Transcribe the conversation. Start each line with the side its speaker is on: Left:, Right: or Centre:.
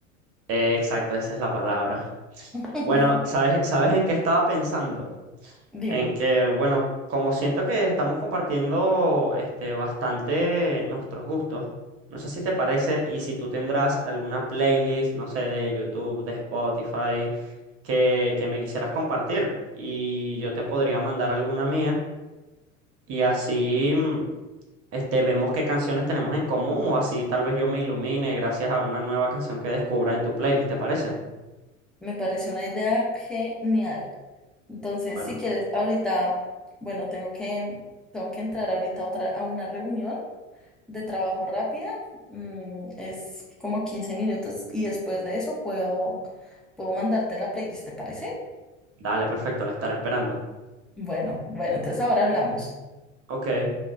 Right: Eh, exacto, esa es la palabra.
Centre: <laughs>
Right: Bueno, ¿sabes, sabes en qué estaba pensando?
Centre: Dime,
Right: en que, bueno, como siento que estamos compartiendo este, bastante nuestros gustos, no sé si te parece y si tú tendrás alguna playlist, no sé, de YouTube, de Spotify, que, que me quisieras compartir y yo te podría mandar alguna mía y así mm, este, vemos qué canciones tenemos en común o así tal vez yo me ilumine gracias a una nueva canción que descubra en tu playlist, ¿te parece?
Centre: me parece una idea genial. Entonces,
Right: Bueno,
Centre: si quieres, ahorita, bueno, tengo que, tengo que entrar ahorita a otra, a una reunión. de trabajo rápida, mm, es como 15 minutos y después de eso puedo, puedo mandarte la playlist, ¿te parece?
Right: dale, perfecto, la estaré esperando.
Centre: Bueno, bueno, entonces ahora hablamos.
Right: Ok.